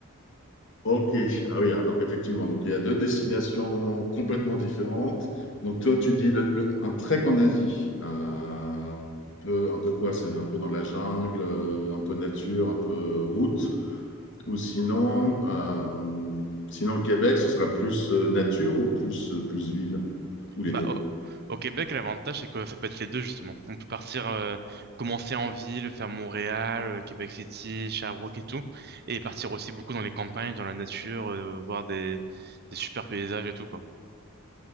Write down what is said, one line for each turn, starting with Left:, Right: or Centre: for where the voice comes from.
Left: Ok. Ah oui, Alors effectivement, donc il y a deux destinations complètement différentes. Donc toi, tu dis le- le- un trek en Asie. Euh, un peu, un peu quoi? C'est un peu dans la jungle, euh, un peu nature, un peu route. Ou sinon, euh, sinon le Québec, ce sera plus euh, nature ou plus, euh, plus ville, ou les
Right: Bah,
Left: deux.
Right: au, au Québec, l'avantage, c'est que ça peut être les deux, justement. On peut partir, euh, commencer en ville, faire Montréal, euh, Québec City, Sherbrooke et tout. Et partir aussi beaucoup dans les campagnes, dans la nature, euh, voir des, des super paysages et tout, quoi.